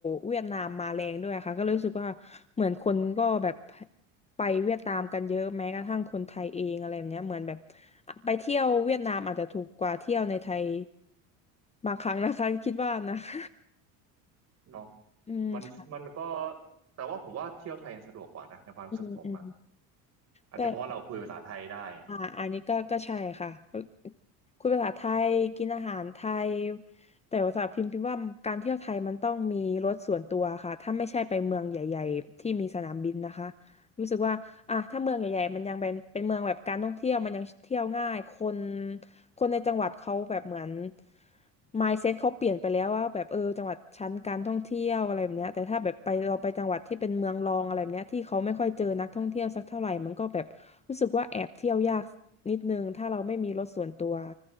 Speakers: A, on the left (about 15°); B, on the right (about 45°).
A: เวียดนามมาแรงด้วยค่ะก็เลยรู้สึกว่าเหมือนคนก็แบบไปเวียดนามกันเยอะแม้กระทั่งคนไทยเองอะไรแบบเนี้ยเหมือนแบบไปเที่ยวเวียดนามอาจจะถูกกว่าเที่ยวในไทยบางครั้งนะคะคิดว่านะ <laughs>
B: <laughs> เนาะ
A: อืม
B: มันมันก็แต่ว่าผมว่าเที่ยวไทยยังสะดวกกว่านะในความรู้สึกผมอะ
A: อืมอืม
B: อาจจะเพราะว่าเราคุยภาษาไทยได้
A: แต่อ่าอันนี้ก็ก็ใช่ค่ะคุยภาษาไทยกินอาหารไทยแต่ว่าสับพิมพ์พิมพ์ว่าการเที่ยวไทยมันต้องมีรถส่วนตัวค่ะถ้าไม่ใช่ไปเมืองใหญ่ๆที่มีสนามบินนะคะรู้สึกว่าอ่ะถ้าเมืองใหญ่ๆมันยังเป็นเป็นเมืองแบบการท่องเที่ยวมันยังเที่ยวง่ายคน คนในจังหวัดเขาแบบเหมือน mindset เขาเปลี่ยนไปแล้วว่าแบบเออจังหวัดชั้นการท่องเที่ยวอะไรแบบเนี้ยแต่ถ้าแบบไปเราไปจังหวัดที่เป็นเมืองรองอะไรแบบเนี้ยที่เขาไม่ค่อยเจอนักท่องเที่ยวสักเท่าไหร่มันก็แบบรู้สึกว่าแอบเที่ยวยากนิดนึงถ้าเราไม่มีรถส่วนตัว